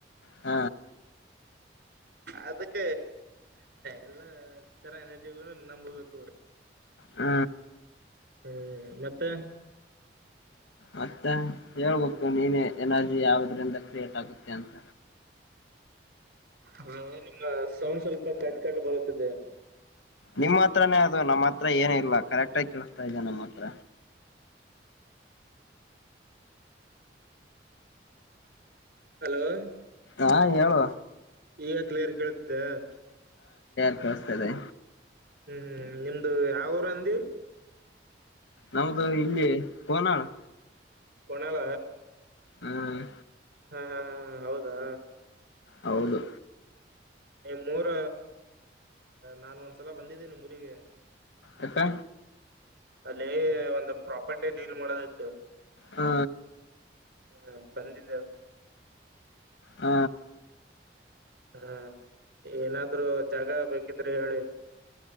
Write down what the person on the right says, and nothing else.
ಅದಕ ಎಲ್ಲಾ ತರ ಎನರ್ಜಿಗಳು ನಂಬ್ಬೇಕು.
ಹ್ಮ್ ಮತ್ತೆ.
ಹಾ ನಿಮ್ಮ ಸೌಂಡ್ ಸ್ವಲ್ಪ ಕಟ್ ಕಟ್ ಬರುತ್ತಿದೆ.
ಹಲೋ
ಈಗ ಕ್ಲಿಯರ್ ಕೇಳತಿದ್ಯ.
ಹ್ಮ್ ಹ್ಮ್ ನಿಮ್ದು ಯಾವ್ ಊರಂದಿ.
ಕೊಣಳ.
ಹಾ ಹಾ ಹ ಹ ಹೌದಾ.
ನಿಮ್ಮರ ನಾನ್ ಒಂದ್ಸಲ ಬಂದಿದ್ದೇ ನಿಮ್ಮುರಿಗೆ.
ಅಲ್ಲಿ ಒಂದು ಪ್ರಾಪರ್ಟಿ ಡೀಲ್ ಮಾಡೋದ್ ಇತ್ತು.
ಹ್ಮ ಪರಿಡಿದೆ.
ಹಾ ಏನಾದ್ರು ಜಾಗ ಬೇಕಿದ್ರೆ ಹೇಳಿ.